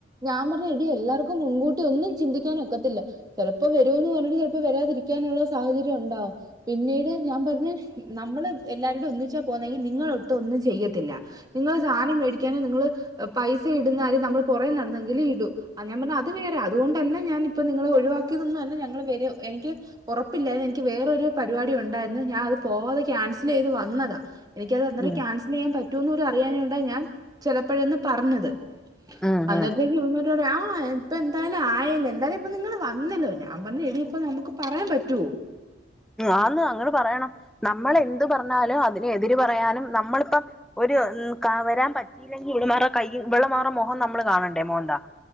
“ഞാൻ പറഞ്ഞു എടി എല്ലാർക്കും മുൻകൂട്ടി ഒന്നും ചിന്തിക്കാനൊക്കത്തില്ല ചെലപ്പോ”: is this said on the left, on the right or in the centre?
Right